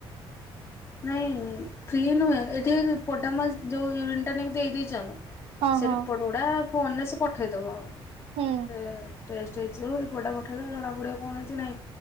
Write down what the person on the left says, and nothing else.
ନାଇଁ ଫ୍ରି ନୁହେଁ ଏଠି ପୋଟାମସ ଯୋଉ ୟୁରିନ ଟା ନେଇକି ଦେଇ ଦେଇଚୁ ଆମେ।
ସେ
ରିପୋର୍ଟ ଗୁଡା ଫୋନରେ ସେ ପଠେଇ ଦବ।
ସେ ଟେଷ୍ଟ ହେଇଯିବ ରିପୋର୍ଟଟା ପଠେଇଦବ ଜଣା ପଡିବ କଣ ହେଇଚି ନାଇଁ।